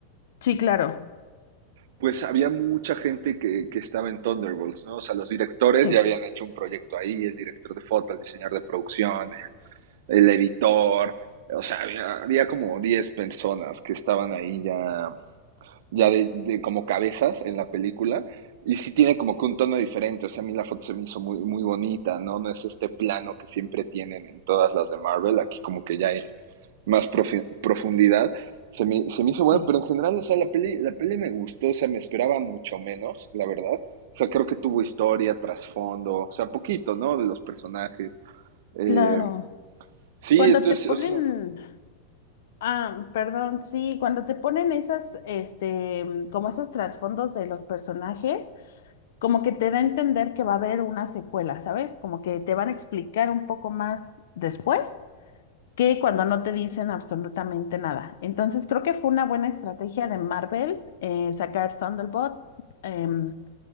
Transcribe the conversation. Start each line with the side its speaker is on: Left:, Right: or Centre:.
Left: Sí, claro,
Right: pues había mucha gente que, que estaba en Thunderbolts, ¿no? O sea, los directores
Left: sí,
Right: ya habían hecho un proyecto ahí, el director de foto, el diseñador de producción, el, el editor, o sea, había, había como 10 personas que estaban ahí ya, ya de, de como cabezas en la película. Y sí tiene como que un tono diferente, o sea, a mí la foto se me hizo muy, muy bonita, ¿no? No es este plano que siempre tienen en todas las de Marvel, aquí como que ya más profi- profundidad. Se me, se me hizo buena,
Left: sí,
Right: pero en general, o sea, la peli, la peli me gustó, o sea, me esperaba mucho menos, la verdad. O sea, creo que tuvo historia, trasfondo, o sea, poquito, ¿no? De los personajes. Eh,
Left: claro.
Right: sí,
Left: Cuando
Right: entonces,
Left: te ponen,
Right: o sea,
Left: ah, perdón, sí, cuando te ponen esas, este, como esos trasfondos de los personajes. como que te da a entender que va a haber una secuela, ¿sabes? Como que te van a explicar un poco más después que cuando no te dicen absolutamente nada. Entonces creo que fue una buena estrategia de Marvel eh, sacar Thunderbolt, em,